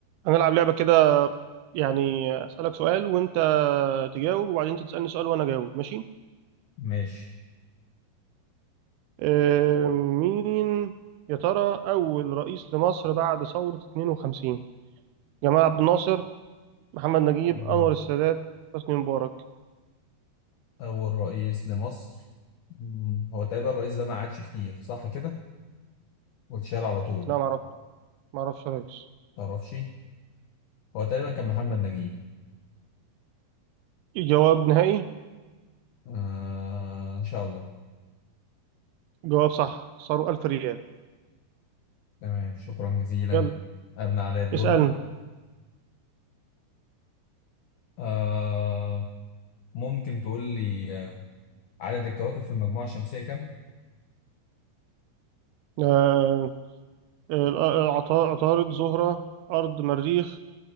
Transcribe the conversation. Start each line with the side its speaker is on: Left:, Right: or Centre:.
Right: هنلعب لعبة كده يعني أسألك سؤال وأنت تجاوب وبعدين أنت تسألني سؤال وأنا أجاوب ماشي؟
Left: ماشي
Right: آه، مين يا ترى أول رئيس لمصر بعد ثورة 52 جمال عبد الناصر محمد نجيب
Left: مم.
Right: أنور السادات حسني مبارك
Left: أول رئيس لمصر مم. هو تقريبا الرئيس ده ما قعدش كتير صح كده واتشال على طول
Right: لا معرف معرفش يا ريس
Left: متعرفش هو تقريبا كان محمد نجيب
Right: جواب نهائي
Left: آه إن شاء الله
Right: جواب صح صاروا 1000 ريال
Left: تمام شكرا جزيلا
Right: يلا
Left: أبنى علي الدور
Right: اسألني
Left: بقى آه ممكن تقول لي آه، عدد الكواكب في المجموعة الشمسية كم؟
Right: آه، آه، آه، عطا- عطارد زهرة أرض مريخ